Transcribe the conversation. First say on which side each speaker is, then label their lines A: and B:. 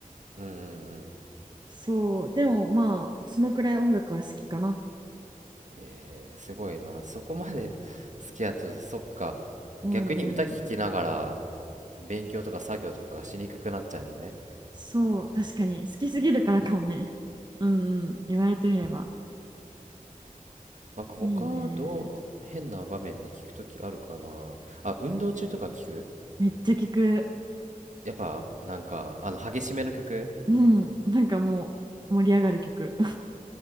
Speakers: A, on the right; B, on the right.
A: ー、うんうんうん。
B: そうでもまあそのくらい音楽は好きかな
A: えー、すごいな。そこまで好きやと、そっか。
B: うんうん
A: 逆に歌聴きながら勉強とか作業とかがしにくくなっちゃうのね。
B: そう確かに好きすぎるからかもね <laughs> うんうん言われてみれば
A: なんか他どう、
B: いいね
A: 変な場面で聞くときあるかな。あ、運動中とか聞く
B: めっちゃ聞く
A: やっぱなんかあの激しめの曲
B: うんなんかもう盛り上がる曲